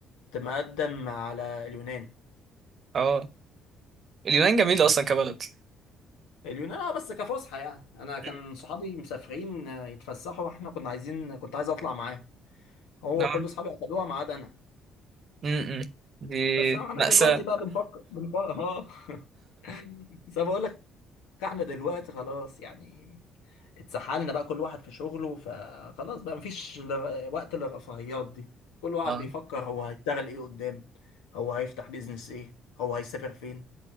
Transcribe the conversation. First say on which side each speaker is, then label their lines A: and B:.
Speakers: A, on the left; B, on the right.
A: مقدم على اليونان
B: اه اليونان جميلة
A: كان
B: أصلا كبلد
A: اليونان اه بس كفسحة يعني انا كان
B: مم.
A: صحابي مسافرين آه، يتفسحوا واحنا كنا عايزين كنت عايز اطلع معاهم هو
B: اه
A: كل صحابي اخدوها ما عدا انا
B: امم دي
A: بس انا
B: مأساة
A: دلوقتي بقى بنفكر بنفكر اه <laughs> بس أنا بقول احنا دلوقتي خلاص يعني اتسحلنا بقى كل واحد في شغله فخلاص بقى مفيش لغ- وقت للرفاهيات دي كل واحد
B: اه
A: بيفكر هو هيشتغل ايه قدام هو هيفتح بيزنس ايه هو هيسافر فين